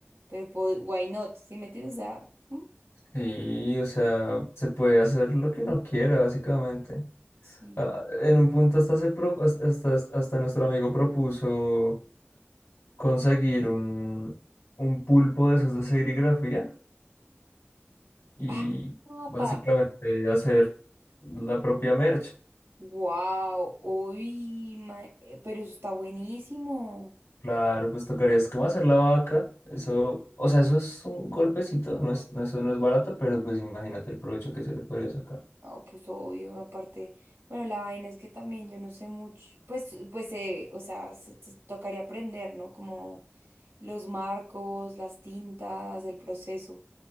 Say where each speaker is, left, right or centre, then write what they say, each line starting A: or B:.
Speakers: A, on the right; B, on the left.
A: pero pod- why not? ¿Sí me entiendes? O sea, mm,
B: Sí, o sea, se puede hacer lo que uno quiera, básicamente.
A: sí.
B: Ah, en un punto hasta, se pro- has- hasta, hasta nuestro amigo propuso conseguir un, un pulpo de esos de serigrafía y
A: Ah, papá.
B: básicamente hacer la propia merch.
A: Wow, uy, ma- eh, pero eso está buenísimo.
B: Claro, pues tocaría es como hacer la vaca. Eso, o sea, eso es un golpecito, no es, no, eso no es barato, pero pues imagínate el provecho que se le podría sacar.
A: No, pues obvio, aparte, bueno, la vaina es que también yo no sé mucho, pues, pues, eh, o sea, se, se tocaría aprender, ¿no? Como los marcos, las tintas, el proceso.